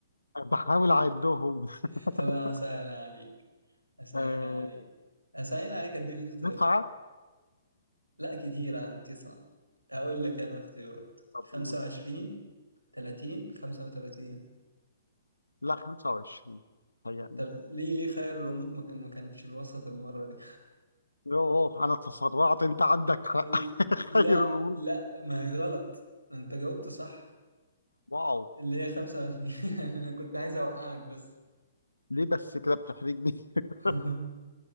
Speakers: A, on the left; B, on the right.
A: بحاول أعدهم
B: <laughs>
A: <laughs>
B: طب أسهل عليك أسهل
A: آه
B: عليك أسهل عليك أديك اختيارات
A: تسعة
B: لا كتيرة أنت صعب أقول لك أنا اختيارات
A: طب
B: خمسة
A: قول
B: وعشرين تلاتين خمسة وتلاتين
A: لا 25 هيأ
B: طب ليه ليه خير الريموت ما كان- ما كانتش الوسط المرة دي؟
A: يوه انا تسرعت انت عندك حق
B: <laughs>
A: <laughs>
B: لا
A: خير الامور
B: لا ما هي غلط أنت جاوبت صح
A: واو
B: اللي هي خمسة وعشرين <laughs> أنا كنت عايز أوقعك بس
A: ليه بس كده بتحرجني <laughs>
B: <laughs>